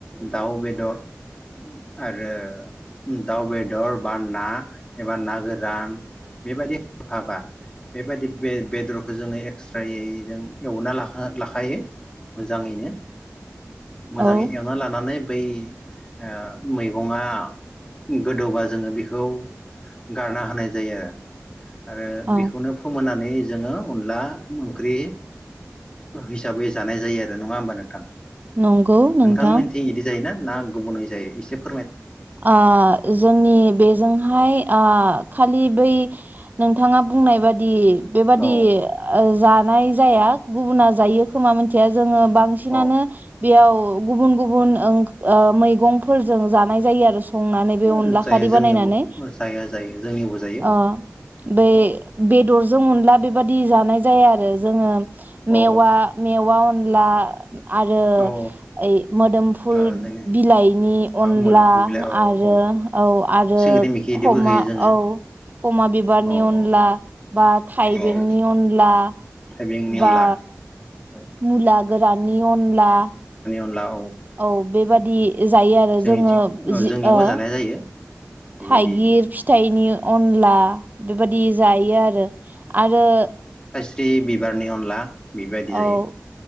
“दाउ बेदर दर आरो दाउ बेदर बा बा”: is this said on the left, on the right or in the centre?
Left